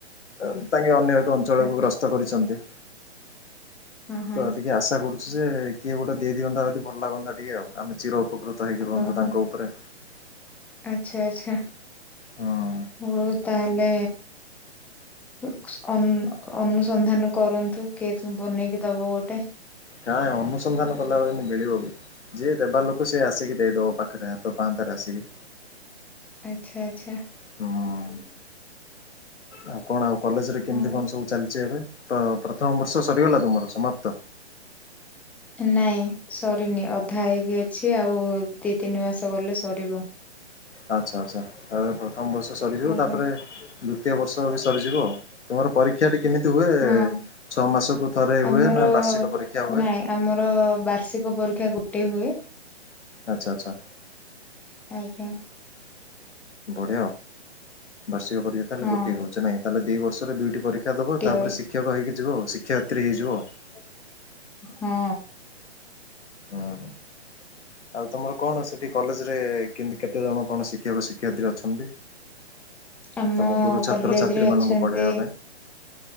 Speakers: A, on the left; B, in the centre.
A: ଅଃ ତାଙ୍କେ ଅନ୍ୟ ଅଞ୍ଚଳକୁ
B: ଆଚ୍ଛା
A: ଗ୍ରସ୍ତ କରିଛନ୍ତି।
B: ହଁ
A: ତ ଟିକେ ଆଶା କରୁଛି ଯେ କିଏ ଗୋଟେ ଦେଇଦିଅନ୍ତା ଯଦି ଭଲ ଲାଗନ୍ତା ଟିକେ ଆଉ। ଆମେ ଚିରୋ ଉପକୃତ ହେଇକି ରୁହନ୍ତୁ
B: ଓହୋ
A: ତାଙ୍କ ଉପରେ।
B: ଆଚ୍ଛା ଆଚ୍ଛା
A: ହଁ
B: ହଉ ତାହେଲେ। ଉ କ୍ସୁ ଅନ୍-ଅନୁସନ୍ଧାନ କରନ୍ତୁ କିଏ ବନେଇକି ଦବ ଗୋଟେ।
A: କାଇଁ ଅନୁସନ୍ଧାନ କଲାବେଳେ <unintelligible> ମିଳିବ ବି। ଯିଏ ଦେବା ଲୋକ ସିଏ ଆସିକି ଦେଇଦବ ପାଖେରେ ହାତ ପାହାନ୍ତାରେ ଆସିକି।
B: ଆଚ୍ଛା ଆଚ୍ଛା।
A: ହୁଁ। ଆଉ କଣ ଆଉ କଲେଜରେ କେମତି
B: ହଉ
A: କଣ ସବୁ ଚାଲିଛି ଏବେ? ତ ପ୍ରଥମ ବର୍ଷ ସରିଗଲା ତୁମର ସମାପ୍ତ?
B: ନାଇଁ ସରିନି ଅଧା ହେଇକି ଅଛି। ଆଉ ଦି ତିନି ମାସ ଗଲେ ସରିବ।
A: ଆଚ୍ଛା ଆଚ୍ଛା ତା ପରେ ପ୍ରଥମ ବର୍ଷ ସରିଯିବ।
B: ଆଜ୍ଞା
A: ତା ପରେ ଦ୍ବୁତୀୟ ବର୍ଷ ବି ସରିଯିବ ଆଉ। ତୁମର ପରୀକ୍ଷାଟି କେମିତି ହୁଏ?
B: ହଁ
A: ଛଅ ମାସକୁ ଥରେ
B: ଆମର
A: ହୁଏ ନା ବାର୍ଷିକ ପରୀକ୍ଷା ହୁଏ?
B: ନାଇଁ ଆମର ବାର୍ଷିକ ପରୀକ୍ଷା ଗୋଟେ ହୁଏ।
A: ଆଚ୍ଛା ଆଚ୍ଛା।
B: ଆଜ୍ଞା।
A: ବଢିଆ ଆଉ। ବାର୍ଷିକ ପରୀକ୍ଷା ତାହେଲେ
B: ହଁ
A: ଗୋଟିଏ ହଉଛି ନାହିଁ କି। ତାହେଲେ ଦି ବର୍ଷରେ ଦୁଇଟି ପରୀ କ୍ଷା ଦବ।
B: ଗୋଟିଏ
A: ତା ପରେ ଶିକ୍ଷକ ହେଇକି ଯିବ ଆଉ। ଶିକ୍ଷୟିତ୍ରୀ ହେଇଯିବ ଆଉ।
B: ହଁ।
A: ହୁଁ। ଆଉ ତମର କଣ ସେଠି କଲେଜରେ କେନ୍ତି କେତେ ଜଣ କଣ ଶିକ୍ଷକ ଶିକ୍ଷୟତ୍ରୀ ଅଛନ୍ତି?
B: ଆମ
A: ତମ ଗୁରୁ ଛାତ୍ରଛାତ୍ରୀ
B: କଲେଜରେ ଅଛନ୍ତି
A: ମାନଙ୍କୁ ପଢେଇବା ପାଇଁ